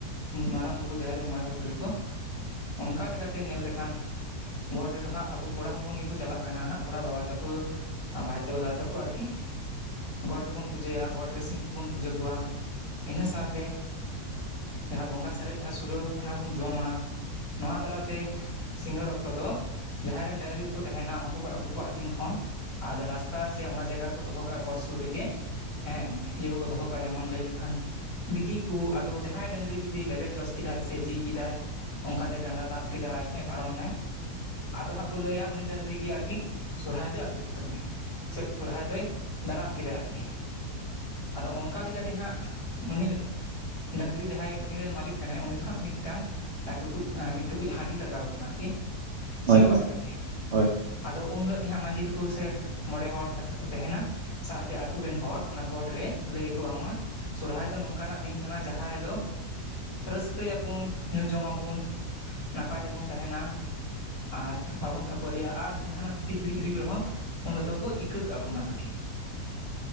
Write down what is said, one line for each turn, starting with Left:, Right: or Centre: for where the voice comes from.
Left: ᱢᱟᱨᱟᱝ ᱵᱩᱨᱩ, ᱡᱟᱦᱮᱨ ᱟᱭᱩ, ᱢᱚᱬᱮ ᱠᱚ ᱛᱩᱨᱩᱭ ᱠᱚ᱾ ᱚᱱᱠᱟ ᱞᱮᱠᱟᱛᱮ ᱧᱮᱞ ᱞᱮᱠᱷᱟᱱ ᱜᱚᱴ ᱨᱮᱫᱚ ᱦᱟᱸᱜ ᱟᱵᱩ ᱠᱚᱲᱟ ᱦᱚᱯᱚᱱ ᱜᱮᱠᱚ ᱪᱟᱞᱟᱜ ᱠᱟᱱᱟ ᱦᱟᱸᱜ ᱠᱚᱲᱟ ᱵᱟᱵᱟ ᱛᱟᱠᱚ ᱵᱷᱟᱹᱭ ᱛᱟᱠᱚ, ᱫᱟᱫᱟ ᱛᱟᱠᱚ ᱟᱨᱠᱤ᱾ ᱜᱚᱰ ᱨᱮᱵᱚᱱ ᱯᱩᱡᱟᱹᱭᱟ ᱜᱚᱰ ᱨᱮ ᱥᱤ ᱠᱚᱵᱚᱱ ᱯᱩᱡᱟᱹ ᱠᱚᱣᱟ᱾ ᱤᱱᱟᱹ ᱥᱟᱶᱛᱮ ᱡᱟᱦᱟᱸ ᱵᱚᱸᱜᱟ ᱥᱟᱨᱮᱡ ᱡᱟᱦᱟᱸ ᱥᱩᱲᱟᱹ ᱚᱱᱟ ᱵᱚᱱ ᱡᱚᱢᱟ᱾ ᱱᱚᱣᱟ ᱛᱟᱞᱟᱛᱮ ᱥᱤᱸᱜᱟᱹᱲ ᱚᱠᱛᱚ ᱫᱚ ᱡᱟᱦᱟᱸᱭ ᱨᱮᱱ ᱰᱟᱹᱝᱨᱤ ᱠᱚᱠᱚ ᱛᱟᱦᱮᱱᱟ ᱩᱱᱠᱩ ᱠᱚ ᱟᱹᱜᱩ ᱠᱚᱣᱟ ᱟᱹᱛᱤᱧ ᱠᱷᱚᱱ᱾ ᱟᱨ ᱨᱟᱥᱛᱟ ᱥᱮ ᱚᱱᱟ ᱡᱟᱭᱜᱟ ᱨᱮᱠᱚ ᱫᱚᱦᱚ ᱠᱟᱜ-ᱟ ᱜᱚᱴ ᱥᱩᱨ ᱨᱮᱜᱮ ᱦᱮᱸ ᱤᱭᱟᱹ ᱠᱚᱠᱚ ᱫᱚᱦᱚ ᱠᱟᱜ-ᱟ ᱡᱮᱢᱚᱱ ᱞᱟᱹᱭ ᱞᱮᱠᱷᱟᱱ ᱵᱤᱞᱤ ᱠᱩ ᱟᱫᱚ ᱡᱟᱦᱟᱸᱭ ᱰᱟᱹᱝᱨᱤ ᱡᱩᱫᱤ ᱞᱮᱵᱮᱫ ᱡᱚᱥ ᱠᱮᱫᱟᱭ ᱥᱮ ᱡᱤ ᱠᱮᱫᱟᱭ, ᱚᱱᱠᱟᱛᱮ ᱴᱟᱸᱰᱟ ᱛᱟᱵ ᱠᱮᱫᱟᱭ ᱦᱮᱸ ᱯᱟᱨᱚᱢ ᱮᱱᱟᱭ ᱟᱫᱚ ᱦᱟᱸᱜ ᱠᱚ ᱞᱟᱹᱭᱟ ᱩᱱᱤ ᱰᱟᱹᱝᱨᱤ ᱜᱮ ᱟᱨᱠᱤ ᱥᱚᱨᱦᱟᱭ ᱫᱚᱭ ᱟᱹᱜᱩ ᱠᱮᱫ ᱛᱟᱵᱚᱱᱟ᱾ ᱥᱮ ᱥᱚᱨᱦᱟᱭ ᱫᱚᱭ ᱫᱟᱨᱟᱢ ᱠᱮᱫᱟ ᱟᱨᱠᱤ᱾ ᱟᱫᱚ ᱚᱱᱠᱟ ᱞᱮᱠᱟᱛᱮ ᱦᱟᱸᱜ ᱩᱱᱤ ᱰᱟᱹᱝᱨᱤ ᱡᱟᱦᱟᱸᱭ ᱩᱱᱤ ᱨᱮᱱ ᱢᱟᱞᱤᱠ ᱠᱟᱱᱟᱭ᱾ ᱩᱱᱤ ᱫᱚ ᱦᱟᱸᱜ ᱢᱤᱫᱴᱟᱝ ᱴᱩᱠᱩᱡ ᱢᱤᱫ ᱴᱩᱠᱩᱡ ᱦᱟᱺᱰᱤ ᱞᱟᱜᱟᱣ ᱠᱚᱨᱮᱱ ᱟᱨᱠᱤ
Right: ᱦᱳᱭ
Left: ᱥᱮᱨᱣᱟ
Right: ᱦᱳᱭ
Left: ᱞᱮᱠᱟᱛᱮ᱾
Right: ᱦᱳᱭ
Left: ᱟᱫᱚ ᱩᱱ ᱦᱤᱞᱳᱜ ᱜᱮ ᱦᱟᱸᱜ ᱢᱟᱹᱡᱤ ᱛᱟᱠᱚ ᱥᱮ ᱢᱚᱬᱮ ᱦᱚᱲ ᱡᱟᱦᱟ ᱛᱤᱱᱟᱹᱜ ᱠᱚ ᱛᱟᱦᱮᱱᱟ ᱥᱟᱶᱛᱮ ᱟᱹᱛᱩ ᱨᱮᱱ ᱦᱚᱲ ᱚᱱᱟ ᱜᱚᱴ ᱨᱮ ᱞᱟᱹᱭ ᱟᱠᱚ ᱵᱟᱝᱢᱟ ᱥᱚᱨᱦᱟᱭ ᱫᱚ ᱱᱚᱝᱠᱟ ᱱᱟᱜ ᱫᱤᱱ ᱠᱟᱱᱟ ᱡᱟᱦᱟᱸ ᱨᱮᱫᱚ ᱨᱟᱹᱥᱠᱟᱹᱭ ᱟᱵᱚᱱ ᱧᱩ ᱡᱚᱝ ᱟᱵᱚᱱ ᱱᱟᱯᱟᱭ ᱛᱮᱵᱚᱱ ᱛᱟᱦᱮᱱᱟ᱾ ᱟᱨ ᱵᱟᱵᱚᱱ ᱠᱷᱟᱹᱯᱟᱹᱨᱤ-ᱟ ᱟᱨ ᱡᱟᱦᱟᱱᱟᱜ ᱡᱩᱫᱤ ᱦᱤᱲᱤᱡ ᱦᱩᱭᱩᱜ ᱨᱮᱦᱚᱸ ᱩᱱ ᱦᱤᱞᱚᱜ ᱫᱚᱠᱚ ᱤᱠᱟᱹ ᱠᱟᱵᱚᱱᱟ ᱟᱨᱠᱤ᱾